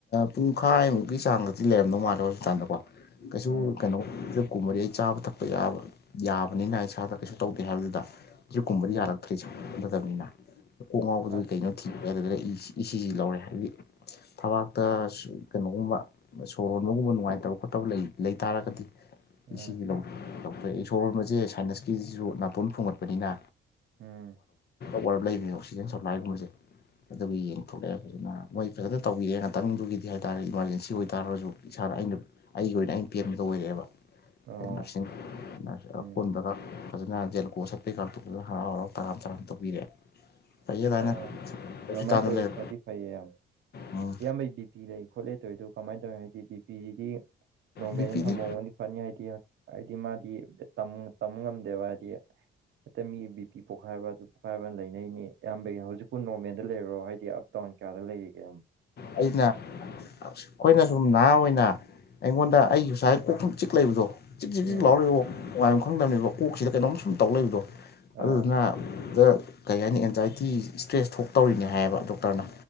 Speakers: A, on the left; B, on the right.
A: ꯄꯨꯡꯈꯥꯏꯃꯨꯛꯀꯤ ꯆꯥꯡꯗꯗꯤ ꯂꯩꯔꯝꯗꯧ ꯃꯥꯜꯂꯦ ꯍꯣꯁꯄꯤꯇꯥꯜꯗꯀꯣ ꯀꯩꯁꯨ
B: ꯎꯝ
A: ꯀꯩꯅꯣ ꯐꯞ ꯀꯨꯝꯃꯗꯤ ꯑꯩ ꯆꯥꯕ ꯊꯛꯄ ꯌꯥꯕ ꯌꯥꯕꯅꯤꯅ ꯏꯁꯥꯗ ꯀꯩꯁꯨ ꯇꯧꯗꯦ ꯍꯥꯏꯕꯗꯨꯗ ꯑꯗꯨꯛ ꯀꯨꯝꯕꯗꯤ
B: ꯎꯝ
A: ꯌꯥꯔꯛꯇ꯭ꯔꯦ ꯀ ꯁꯅꯗꯕꯅꯤꯅ ꯀꯣꯛ ꯉꯥꯎꯕꯗꯨ
B: ꯑꯁ
A: ꯀꯩꯅꯣ ꯊꯤꯛꯑꯦ ꯑꯗꯨ ꯁꯤꯁꯤ ꯂꯧꯔꯦ ꯍꯥꯏꯕꯗꯤ ꯊꯕꯥꯛꯇ ꯀꯩꯅꯣꯒꯨꯝꯕ ꯁꯣꯔ ꯍꯣꯟꯕꯒꯨꯝꯕ ꯅꯨꯡꯉꯥꯏꯇꯕ ꯈꯣꯠꯇꯕ ꯂꯩ ꯇꯥꯔꯒꯗꯤ
B: ꯎꯝ
A: ꯁꯤ ꯂꯧꯊꯣꯛꯑꯦ ꯁꯣꯔꯣꯟꯕꯁꯦ ꯁꯥꯏꯟꯁꯀꯤꯁꯤꯁꯨ ꯅꯥꯇꯣꯟ ꯐꯣꯡꯒꯠꯄꯅꯤꯅ
B: ꯎꯝ
A: ꯋꯥꯔ ꯂꯩꯕꯅꯦ ꯑꯣꯛꯁꯤꯖꯦꯟ ꯁꯄ꯭ꯂꯥꯏꯒꯨꯝꯕꯁꯦ ꯑꯗꯨꯒ ꯌꯦꯡꯊꯣꯛꯂꯛꯑꯦ ꯐꯖꯅ ꯃꯣꯏ ꯐꯖꯅ ꯇꯧꯕꯤꯔꯛꯦ ꯉꯥꯛꯇꯪꯗꯨꯒꯤꯗꯤ ꯍꯥꯏꯇꯥꯔꯦ ꯏꯃꯥꯔꯖꯦꯟꯁꯤ ꯑꯣꯏꯇꯥꯔꯁꯨ ꯏꯁꯥꯅ ꯑꯩꯅ ꯑꯩꯒꯤ ꯑꯣꯏꯅ ꯑꯩꯅ ꯄꯦꯟꯕꯗ ꯑꯣꯏꯔꯛꯑꯦꯕ
B: ꯑꯣ
A: ꯑꯩꯅ ꯅꯔꯁꯤꯡ ꯅꯔꯁ
B: ꯎꯝ
A: ꯀꯟꯕꯒ ꯐꯖꯅ ꯖꯦꯜꯂꯀꯣ ꯁꯠꯄꯩ ꯀꯥꯡꯇꯣꯛꯇꯗ ꯍꯔꯥꯎꯔꯥꯎ ꯇꯔꯥꯝ ꯆꯔꯥꯅ ꯇꯧꯕꯤꯔꯦ ꯐꯩꯌꯦ ꯑꯗꯥꯏꯅ
B: ꯑ
A: ꯍꯣꯁꯄꯤꯇꯥꯜꯗ
B: ꯑꯗꯨꯃꯥꯏꯅ ꯇꯧꯋꯦ
A: ꯂꯩꯔ
B: ꯐꯥꯔꯇꯤ ꯐꯩꯌꯦ ꯑꯌꯥꯝ
A: ꯎꯝ
B: ꯏꯌꯥꯝꯕꯩꯕꯤ ꯕꯤ ꯄꯤ ꯂꯩ ꯈꯣꯠ ꯂꯩ ꯇꯧꯔꯤ ꯑꯗꯣ ꯀꯃꯥꯏꯅ ꯇꯧꯋꯤ ꯍꯥꯏꯗꯤ ꯕꯤ ꯄꯤꯁꯤꯗꯤ ꯅꯣꯔꯃꯦꯜ
A: ꯕꯤꯄꯤꯗꯤ
B: ꯊꯝꯍꯧꯒꯅꯤ ꯐꯅꯤ ꯍꯥꯏꯗꯤ ꯍꯥꯏꯗꯤ ꯃꯥꯗꯤ ꯇꯝ ꯉꯝꯗꯦꯕ ꯍꯥꯏꯗꯤ ꯍꯦꯠꯇ ꯃꯤ ꯕꯤ ꯄꯄꯤ ꯄꯣꯛꯈꯥꯏꯕ ꯑꯗꯨ ꯄꯣꯛꯈꯥꯏꯕ ꯂꯩꯅꯤ ꯅꯤ ꯑꯌꯥꯝꯕꯒꯤ ꯍꯧꯖꯤꯛꯄꯨ ꯅꯣꯔꯃꯦꯜꯗ ꯂꯩꯔꯣ ꯍꯥꯏꯗꯤ ꯑꯞ ꯇꯥꯎꯟ ꯀꯌꯥꯗ ꯂꯩꯔꯤꯒ
A: ꯑꯩꯅ ꯑꯁ ꯑꯩꯈꯣꯏꯅ ꯁꯨꯝ ꯅꯍꯥ ꯑꯣꯏꯅ ꯑꯩꯉꯣꯟꯗ ꯑꯩꯒꯤ ꯉꯁꯥꯏ ꯄꯣꯛꯨꯝ ꯆꯤꯛ ꯂꯩꯕꯗꯣ ꯆꯖꯤꯛ ꯆꯖꯤꯛ
B: ꯎꯝ
A: ꯆꯖꯤꯛ ꯂꯥꯎꯔꯛꯏꯕ ꯉꯥꯏꯌ ꯈꯪꯗꯕꯅꯦꯕ ꯀꯣꯛꯁꯤꯗ ꯀꯩꯅꯣꯝ ꯁꯨꯝ ꯇꯧ ꯂꯩꯏꯕꯗꯣ
B: ꯑꯥ
A: ꯑꯗꯨꯗꯨꯅ ꯗ ꯀꯩ ꯍꯥꯏꯅꯤ ꯑꯦꯟꯖꯥꯏꯇꯤ ꯏꯁꯇ꯭ꯔꯦꯁ ꯊꯣꯛꯇꯧꯔꯤꯅꯦ ꯍꯥꯏꯌꯦꯕ ꯗꯣꯛꯇꯔꯅ